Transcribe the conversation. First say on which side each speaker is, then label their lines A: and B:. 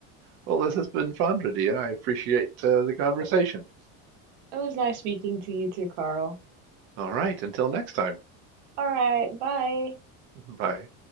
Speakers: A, on the right (about 35°); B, on the right (about 85°).
A: Well, this has been fun, Radia. I appreciate uh, the conversation.
B: It was nice speaking to you too, Carl.
A: All right, until next time.
B: All right, bye.
A: <laughs> Bye.